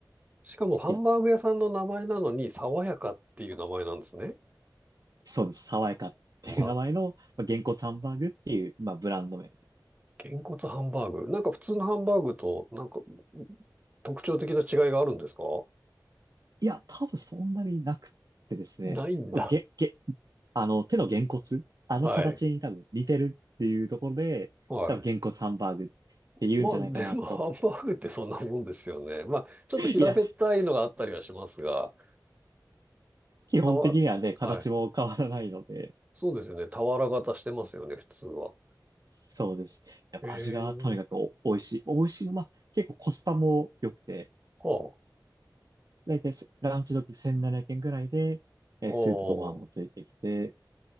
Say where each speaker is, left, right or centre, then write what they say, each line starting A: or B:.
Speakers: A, on the right; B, on the right.
A: しかもハンバーグ屋さんの名前なのに、
B: いや、
A: 爽やかっていう名前なんですね。
B: そうです。爽やかっていう名前の、
A: ま、
B: まあ、原稿サンバーグっていう、まあ、ブランド名。
A: げんこつハンバーグ。なんか普通のハンバーグとなんか特徴的な違いがあるんですか
B: いや、多分そんなになくってですね。
A: ないんだ。
B: げ、げ、あの、手のげんこつ、あの形に多分似てるっていうところで、
A: はい。はい。
B: 多分げんこつハンバーグって言うんじゃないかなと。
A: まあ、でも、ハンバーグってそんなもんですよね。まあ、ちょっと平べったいのがあったりはしますが、
B: いや、基本的にはね、
A: たわ、
B: 形も変わらないので、
A: はい。そうですよね。俵型してますよね、普通は。
B: そうです。やっぱ味がとにかくお、
A: ええ
B: 美味しい。美味しいの、まあ、結構コスパも良くて、
A: はあ、
B: だいたいランチ時1700円くえんぐらいで、えースープとご飯もついてきて、
A: おー、